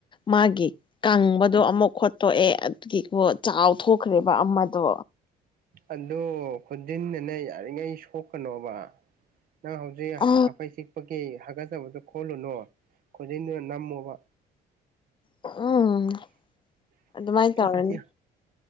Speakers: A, on the left (about 30°); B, on the right (about 55°).
A: ꯃꯥꯒꯤ ꯀꯪꯕꯗꯣ ꯑꯃꯨꯛ ꯈꯣꯠꯇꯣꯛꯑꯦ ꯑꯗꯨꯗꯒꯤꯀꯣ ꯆꯥꯎꯊꯣꯛꯈ꯭ꯔꯦꯕ ꯑꯃꯗꯣ
B: ꯑꯗꯣ ꯈꯨꯖꯤꯟꯅꯅꯦ ꯌꯥꯔꯤꯉꯩ ꯁꯣꯛꯀꯅꯣꯕ ꯅꯪ ꯍꯧꯖꯤꯛ
A: ꯑ
B: ꯀꯐꯩ ꯆꯤꯛꯄꯒꯤ ꯍꯥꯒꯠꯆꯕꯗꯨꯣ ꯈꯣꯜꯂꯨꯅꯣ ꯈꯣꯖꯤꯤꯟꯗꯨꯅ ꯅꯝꯃꯣꯕ
A: ꯎꯝ ꯑꯗꯨꯃꯥꯏꯅ ꯇꯧꯔꯅꯤ
B: ꯑꯁ ꯁꯥꯊꯤ